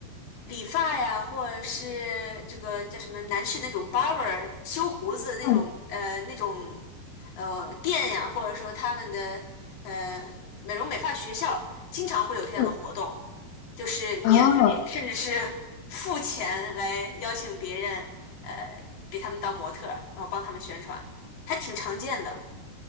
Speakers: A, on the left (about 90°); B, on the left (about 65°).
A: 理发呀，或者是这个叫什么男士那种 barber 修胡子那种，
B: 嗯
A: 呃，那种呃店呀，或者说他们的呃美容美发学校，经常会有这样的活动，
B: 嗯
A: 就是免费甚至是
B: 啊，
A: <laughs> 付钱来邀请别人，呃，给他们当模特儿，然后帮他们宣传，还挺常见的。